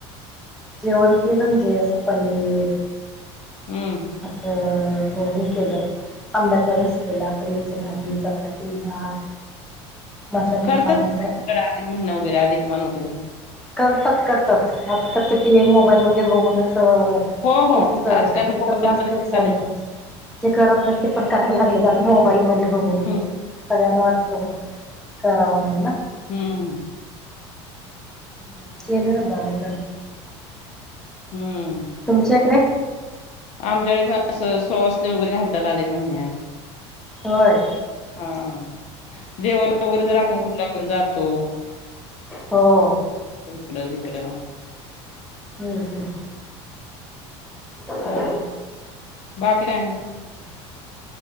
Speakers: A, in the centre; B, on the left.
A: जेवण केलं म्हणजे असं पनीर
B: हम्म
A: असं हे केलं आंब्याचा रस केला पनीरची भाजी चपाती भात मसाले
B: करतात
A: भात असं
B: हिकडे अधिक महिना वगैरे अधिक वान वगैरे
A: करतात करतात आत्ता तर ते टी. व्ही. मोबाईलमध्ये बघूनचं
B: हो
A: <unintelligible>
B: हो
A: ते
B: आजकाल मोबाईल
A: तर जास्तचं
B: मध्ये निघाले.
A: झालंय जे करत नाहीत. करायला लागलेत आता मोबाईल मध्ये बघून
B: हम्म
A: बघून सगळ्यांना वाटतं मग करावं म्हणून ना.
B: हम्म
A: हम्म केलेलं म आम्हीपण
B: हम्म
A: तुमच्याइकडे
B: आमच्याकडे पण असं सुवासनी वगैरे घालतात अधिक महिन्यात
A: होय
B: हा हा देवाला वगैरे जर आपण कुठल्या जात तो
A: हो
B: इकडं तिकडं
A: हम्म हम्म तर <unintelligible>
B: चा बाकी काय आणि